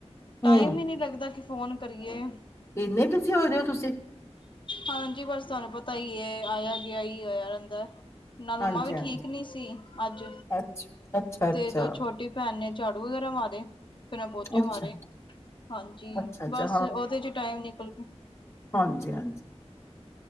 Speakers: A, on the left; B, on the left.
A: ਟਾਈਮ
B: ਹੂੰ,
A: ਹੀ ਨਹੀਂ ਲੱਗਦਾ ਫੋਨ ਕਰੀਏ
B: ਇੰਨੇ ਬਿਜ਼ੀ ਹੋਏ ਦੇ ਹੋ ਤੁਸੀਂ
A: ਹਾਂਜੀ ਬਸ ਤੁਹਾਨੂੰ ਪਤਾ ਹੀ ਏ, ਆਇਆ ਗਿਆ ਹੀ ਆਇਆ ਰਹਿੰਦਾ। ਨਾਲ ਮੰਮਾ
B: ਹਾਂਜੀ-ਹਾਂਜੀ,
A: ਵੀ ਠੀਕ ਨੀ ਸੀ ਅੱਜ
B: ਅੱਛਾ ਅੱਛਾ-ਅੱਛਾ।
A: ਤੇ ਜੋ ਛੋਟੀ ਭੈਣ ਨੇ ਝਾੜੂ ਵਗੈਰਾ ਮਾਰੇਆ ਐ ਫੇਰ ਮੈਂ ਪੋਚੇ
B: ਅੱਛਾ,
A: ਮਾਰੇ ਹਾਂਜੀ
B: ਅੱਛਾ-ਅੱਛਾ
A: ਬਸ ਉਹਦੇ ਚ ਟਾਈਮ ਨਿਕਲ ਗ
B: ਹਾਂਜੀ ਹਾਂਜੀ